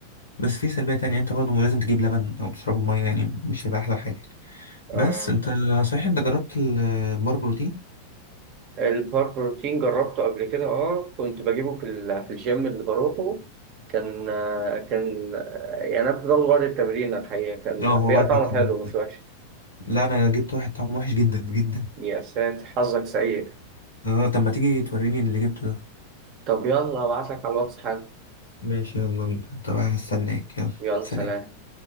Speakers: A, on the left; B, on the right.
A: بس في سلبيه تانية انت برضه لازم تجيب لبن او تشربه ميه يعني مش هيبقى احلى حاجه بس
B: آه
A: انت صحيح انت جربت البار بروتين
B: البار بروتين جربته قبل كده أه كنت بجيبه في ال... في الجيم اللي بروحه كان آه كان آه، يعني أنا كنت باخده بعد التمرين الحقيقة كان
A: اه هو
B: بيبقى
A: بعد
B: طعمه
A: التمرين
B: حلو مش وحش
A: لا انا جبت واحد طعمه وحش جدا جدا
B: يا ساتر حظك سيء
A: اه طب ما تيجي توريني اللي جبته ده
B: طب يلا أبعتلك على الواتس حالا
A: ماشي يلا بينا طبعا هستناك يلا
B: يلا
A: سلام
B: سلام